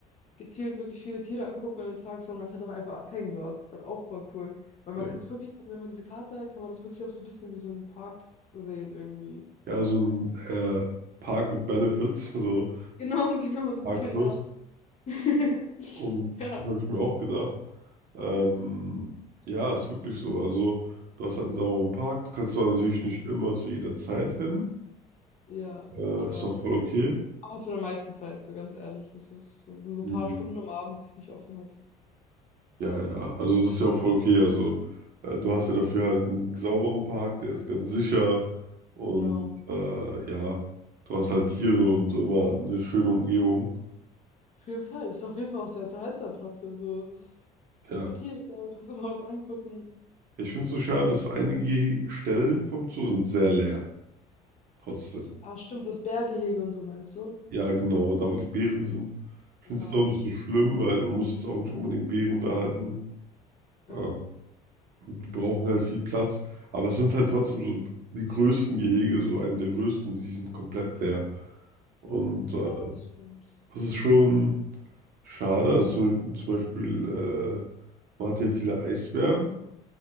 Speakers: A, on the left; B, on the right.
A: gezielt wirklich viele Tiere angucken an den Tag, sondern man kann doch einfach abhängen dort. Das ist halt auch voll cool. Weil man
B: ja,
A: kann es wirklich, wenn man diese Karte hat, kann man das wirklich auch so ein bisschen wie so einen Park sehen irgendwie.
B: ja, so ein äh, Park mit Benefits, <laughs> so
A: Genau, <laughs> genau, so,
B: Park Plus.
A: ja. <laughs>
B: Und
A: Ja.
B: das habe ich mir auch gedacht. Ähm, ja, ist wirklich so. Also, du hast halt einen sauberen Park. Du kannst zwar natürlich nicht immer zu jeder Zeit hin.
A: Ja,
B: Äh,
A: klar.
B: ist auch voll okay.
A: Aber zu der meisten Zeit, so ganz ehrlich. Das ist, das sind so
B: Mhm.
A: ein paar Stunden am Abend, die es nicht offen hat.
B: Ja, ja, also das ist ja auch voll okay. Also, äh, du hast ja dafür halt einen sauberen Park, der ist ganz sicher. Und
A: Genau.
B: äh, ja, du hast halt Tiere und immer eine schöne Umgebung.
A: Auf jeden Fall. Es ist auf jeden Fall auch sehr unterhaltsam trotzdem. So, es ist
B: Ja.
A: es sind immer Tiere da, du kannst <laughs> immer was angucken.
B: Ich finde es so schade, dass einige Stellen vom Zoo sind sehr leer. Trotzdem.
A: Ah, stimmt, das Bärgehege und so meinst du?
B: Ja, genau, da wo die Beeren sind. Ich
A: Ja,
B: finde es jetzt auch nicht so schlimm, weil man muss jetzt auch nicht unbedingt Beeren da halten.
A: ja,
B: Ähm, die brauchen halt viel Platz. Aber es sind halt trotzdem so die größten Gehege, so einen der größten, die sind komplett leer. Und
A: ja,
B: äh,
A: stimmt.
B: das ist schon schade. Also zum, zum Beispiel, äh, man hat ja viele Eisbären